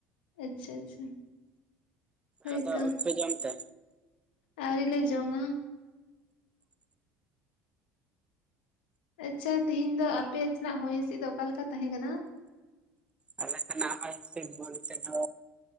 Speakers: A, on the left; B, on the right.
A: ᱟᱪᱪᱷᱟ ᱟᱪᱪᱷᱟ᱾ ᱦᱳᱭᱛᱚ
B: ᱟᱫᱚ ᱟᱹᱣᱨᱤ ᱯᱮ ᱡᱚᱢ ᱛᱮ᱾
A: ᱟᱹᱣᱨᱤ ᱞᱮ ᱡᱚᱢᱟ᱾ ᱟᱪᱪᱷᱟ ᱛᱤᱦᱤᱧ ᱫᱚ ᱟᱯᱮ ᱥᱮᱱᱟᱜ ᱦᱚᱭ ᱦᱤᱸᱥᱤᱫ ᱫᱚ ᱚᱠᱟᱞᱮᱠᱟ ᱛᱟᱦᱮᱸ ᱠᱟᱱᱟ?
B: ᱟᱞᱮ ᱥᱮᱱᱟᱜ <inaudible> ᱦᱚᱭ ᱦᱤᱸᱥᱤᱫ ᱵᱚᱞᱛᱮ ᱫᱚ